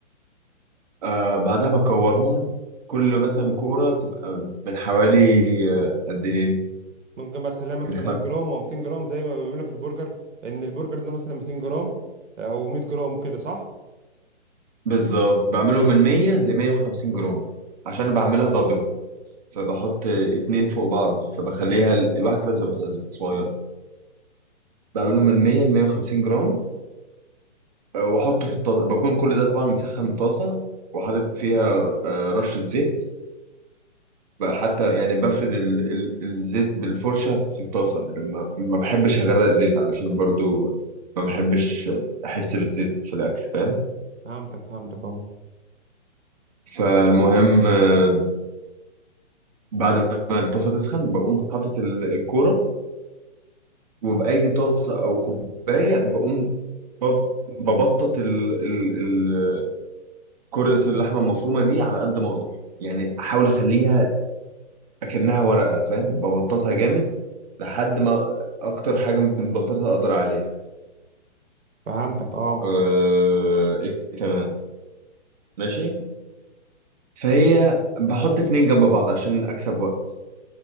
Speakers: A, on the right; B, on the right.
A: آه بعدها بكورهم كل مثلا كورة تبقى من حوالي آه، قد إيه؟
B: ممكن بقى تخليها مثلا
A: من خم...
B: 100 جرام او 200 جرام زي ما بيقول لك البرجر لان البرجر ده مثلا 200 جرام او 100 جرام وكده صح
A: بالظبط بعمله من 100 ل 150 جرام عشان بعملها دبل فبحط آه، اتنين فوق بعض فبخليها ال- الواحدة تبقى صغيرة بعمله من 100 ل 150 جرام آه، وأحطه في الطاسة بكون كل ده طبعا مسخن الطاسة وحاطط فيها آه، رشة زيت بقى حتى يعني بفرد ال... ال... الزيت بالفرشة في الطاسة ما... ما بحبش أغرق زيت علشان برضو ما بحبش أحس بالزيت في الأكل فاهم
B: فهمتك فهمتك اه
A: فالمهم آه، بعد ما الطاسة تسخن بقوم حاطط ال- الكورة وبأي طاسة أو كوباية بقوم بف- ببطط ال... ال... ال... كرة اللحمة المفرومة دي على قد ما أقدر يعني أحاول أخليها أكنها ورقة فاهم ببططها جامد لحد ما أكتر حاجة متبططة أقدر عليها
B: فهمتك اه
A: آه، ايه كمان ماشي فهي بحط اتنين جنب بعض عشان اكسب وقت